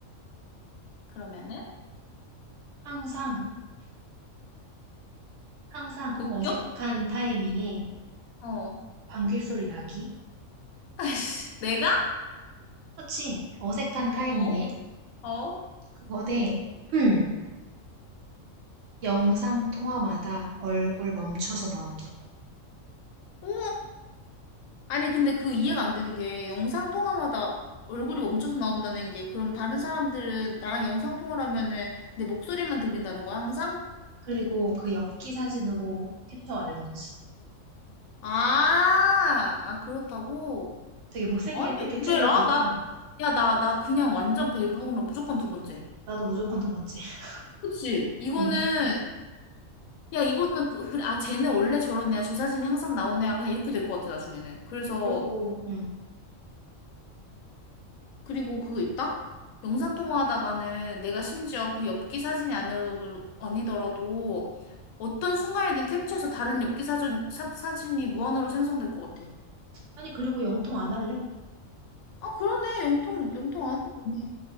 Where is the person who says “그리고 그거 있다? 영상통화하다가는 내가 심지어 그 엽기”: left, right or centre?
Left